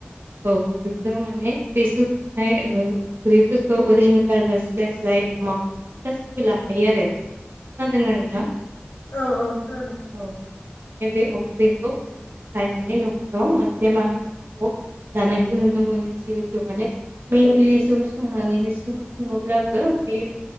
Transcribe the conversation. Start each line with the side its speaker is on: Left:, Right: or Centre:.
Right: औ बेखौ माने बेजों संनाय ओ औ अफ्रिफोरखौ ओरैनो गारगार स्लाय स्लाय अमाखौ मोनो गासैबो लाखायो आरो। खोनादों नोंथां?
Left: औ औ खोनादों।
Right: औ माने बे अफ्रिखौ होनो थाखाय माने न'खराव मासे माने अमाखौ लानायखौ नुनो मोनो जिहेथु माने मेनलि जौ संनानैनो जिउ खङोब्ला बो बे